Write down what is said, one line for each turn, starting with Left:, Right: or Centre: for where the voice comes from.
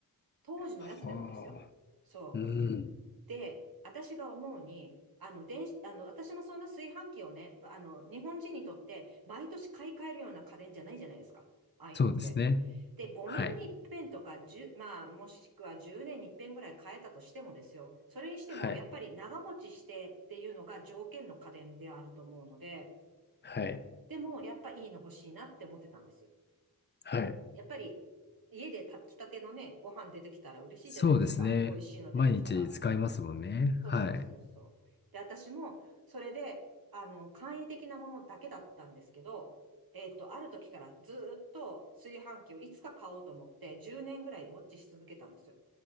Right: 当時のやつでもですよ。
Left: はあ。
Right: そう。
Left: うん。
Right: で、私が思うに、あの、電子、あの、私もそんな炊飯器をね、あの、日本人にとって毎年買い替えるような家電じゃないじゃないですか。ああいうのって。
Left: そうですね。
Right: で、5年に一遍とか、
Left: はい。
Right: 1まあ、もしくは10年に一遍ぐらい変えたとしてもですよ。それにしても、
Left: はい。
Right: やっぱり長持ちしてっていうのが条件の家電であると思うので、
Left: はい。
Right: でも、やっぱいいの欲しいなって思ってたんです。
Left: はい。
Right: やっぱり、家で炊きたてのね、ご飯出てきたら嬉しいじゃないですか。
Left: そうですね。
Right: 美味しいの出てきたら。
Left: 毎日使いますもんね。
Right: そうそうそうそう。
Left: はい。
Right: で、私も、それで、あの、簡易的なものだけだったんですけど、えっと、ある時からずーっと炊飯器をいつか買おうと思って、10年ぐらいウォッチし続けたんですよ。